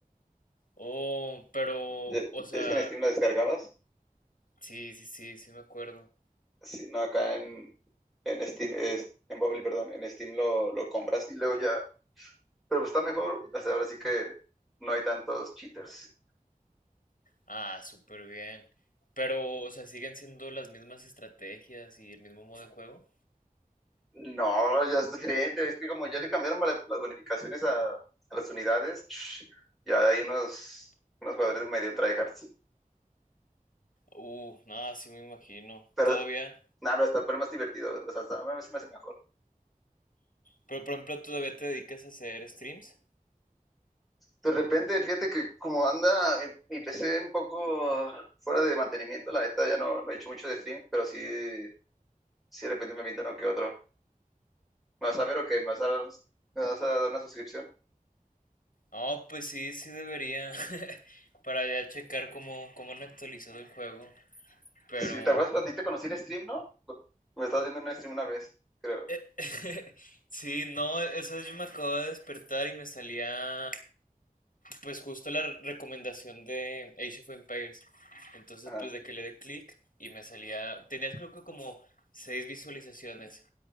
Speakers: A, on the left; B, in the centre.
A: Oh, pero,
B: ¿Ya, ya
A: o sea,
B: es que en Steam lo descargabas?
A: sí, sí, sí, sí me acuerdo.
B: Si no, acá en, en Steam, es- en Bubbly, perdón, en Steam lo, lo compras y luego ya. Pero pues está mejor, hasta ahora sí que no hay tantos cheaters.
A: Ah, súper bien. Pero, o sea, siguen siendo las mismas estrategias y el mismo modo de juego.
B: No, ya es diferente. Es que como ya le cambiaron la- las bonificaciones a, a las unidades, ch, ya hay unos, unos jugadores medio tryhards.
A: Uh, nada, sí me imagino.
B: Pero
A: Todavía,
B: nada, pero está pero más divertido. O sea, está- a mí se me hace mejor.
A: pero por ejemplo, ¿todavía te dedicas a hacer streams?
B: De repente, fíjate que como anda mi, mi PC un poco fuera de mantenimiento, la neta ya no, no he hecho mucho de streaming, pero sí, sí de repente me aviento uno que otro. ¿Me vas a ver o qué? ¿Me vas a, me vas a dar una suscripción?
A: Oh, pues sí, sí debería. <laughs> Para ya checar cómo, cómo han actualizado el juego. Pero.
B: Si te acuerdas, a ti te conocí en stream, ¿no? Me estás viendo en un stream una vez, creo.
A: eh, <laughs> sí, no, eso yo me acabo de despertar y me salía. Pues justo la re- recomendación de Age of Empires. Entonces,
B: Ajá.
A: pues de que le dé clic y me salía. Tenías creo que como seis visualizaciones.